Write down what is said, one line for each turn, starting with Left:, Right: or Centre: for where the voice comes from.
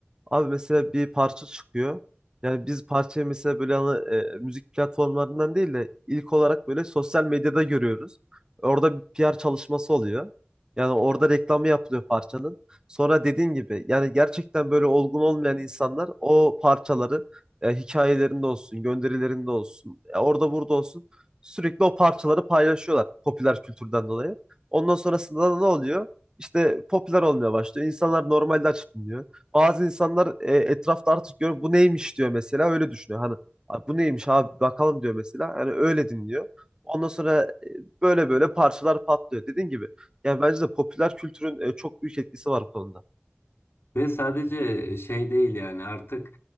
Right: Abi mesela bir parça çıkıyor. Yani biz parçayı mesela böyle hani, e, müzik platformlarından değil de ilk olarak böyle sosyal medyada görüyoruz. Orada bir PR çalışması oluyor. Yani orada reklamı yapılıyor parçanın. Sonra dediğin gibi yani gerçekten böyle olgun olmayan insanlar o parçaları e, hikayelerinde olsun, gönderilerinde olsun, e, orada burada olsun sürekli o parçaları paylaşıyorlar popüler kültürden dolayı. Ondan sonrasında da ne oluyor? İşte popüler olmaya başlıyor. İnsanlar normalde açıp dinliyor. Bazı insanlar e, etrafta artık görüyor bu neymiş diyor mesela öyle düşünüyor. Hani "Abi bu neymiş abi bakalım diyor mesela. Yani öyle dinliyor. Ondan sonra e, böyle böyle parçalar patlıyor. Dediğin gibi yani bence de popüler kültürün e, çok büyük etkisi var bu konuda.
Left: Ve sadece şey değil yani artık